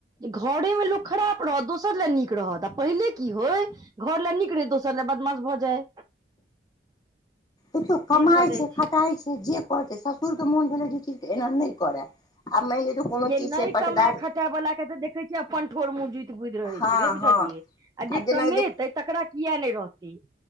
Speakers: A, on the right (about 20°); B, on the left (about 20°).
A: घरे मे लोक खराब रहत दोसर ला नीक रहत आ पहिले की होय घर लए नीक रहै दोसर लए बदमाश भऽ जाय
B: देखियौ कमाइ
A: से भऽ जाइ
B: छै खटाइ छै जे कर छै ससुरके मोन भेलै जे चीजके एना नै कएरा आब मानि ले कोनो
A: ये
B: चीज
A: नहि
B: छै पटदार
A: कमाय वला के तऽ देखै छियै अपन ठोर मुँह जुति बुदि रहे
B: हँ
A: छै नै बुझलियै
B: हँ
A: आ जे
B: जेना
A: कम
B: देख
A: तै तकरा किया नै रहतै